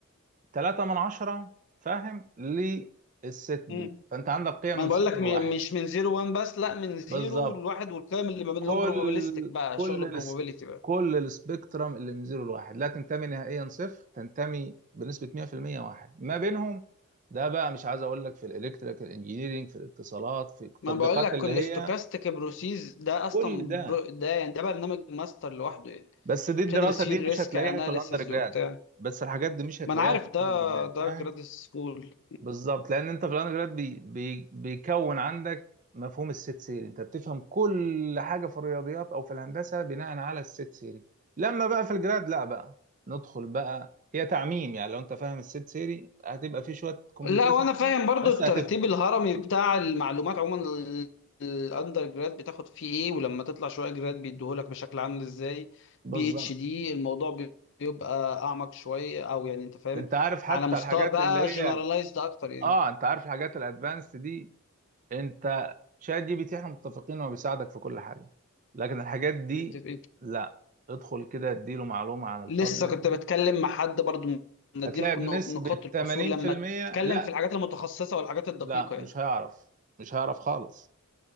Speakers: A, on the right; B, on the left.
A: 3 من عشرة فاهم للست دي
B: مم.
A: فانت عندك قيم
B: ما
A: من
B: انا بقول
A: صفر
B: لك م-
A: لواحد
B: مش من زيرو وان بس لا من زيرو
A: بالظبط
B: لواحد والكلام اللي ما بين
A: كل
B: اللي هو بروبابيليستيك بقى
A: كل
B: شغل
A: الس...
B: بروبابيليتي بقى
A: كل السبيكترم اللي من زيرو لواحد لا تنتمي نهائيا صفر تنتمي بنسبة 100% واحد ما بينهم ده بقى مش عايز اقول لك في الالكتريكال انجينيرينج في الاتصالات في التطبيقات
B: ما أنا بقول لك
A: اللي
B: كل
A: هي
B: ستوكاستيك بروسيس ده اصلا
A: كل ده
B: برو ده يعني ده برنامج ماستر لوحده يعني
A: بس دي الدراسة
B: بتدرس فيه
A: دي
B: الريسك
A: مش هتلاقيها
B: اناليسيز
A: في الاندر جراد
B: وبتاع
A: بس الحاجات دي مش هتلاقيها
B: ما انا عارف
A: في
B: ده
A: الاندر جراد
B: ده
A: فاهم
B: جراد سكول
A: بالظبط لان انت في الاندرجراد بي بي بيكون عندك مفهوم الست سيري انت بتفهم كل حاجه في الرياضيات او في الهندسه بناء على الست سيري لما بقى في الجراد لا بقى ندخل بقى هي تعميم يعني لو انت فاهم الست سيري هتبقى في شويه كومبليكيشن
B: لا وانا فاهم
A: شويه
B: برضو
A: بس
B: الترتيب
A: هتفهم
B: الهرمي بتاع المعلومات عموما ال- الاندر جراد بتاخد فيه ايه ولما تطلع شويه جراد بيديهولك بشكل عامل ازاي
A: بالظبط
B: بي اتش دي الموضوع بي- بيبقى اعمق شويه او يعني انت فاهم
A: انت عارف حتى
B: على مستوى
A: الحاجات
B: بقى
A: اللي هي
B: جنرالايزد اكتر يعني
A: اه انت عارف الحاجات الادفانسد دي انت شات جي بي تي احنا متفقين هو بيساعدك في كل حاجه لكن الحاجات دي
B: متفقين.
A: لا ادخل كده اديله معلومه عن الفازي
B: لسه
A: مثلا
B: كنت بتكلم مع حد برضو نديلكم
A: هتلاقي بنسبة
B: نقط- نقاط الكسور
A: 80%
B: لما تتكلم
A: لا
B: في الحاجات المتخصصه والحاجات الدقيقه
A: لا
B: يعني
A: مش هيعرف مش هيعرف خالص